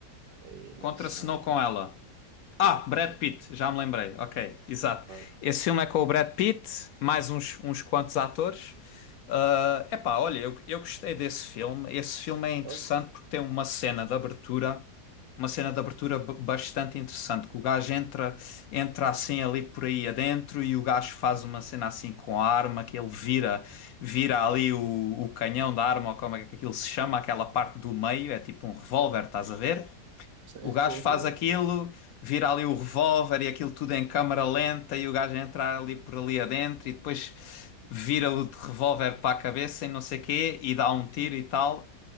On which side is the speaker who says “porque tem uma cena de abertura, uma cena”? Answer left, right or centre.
Left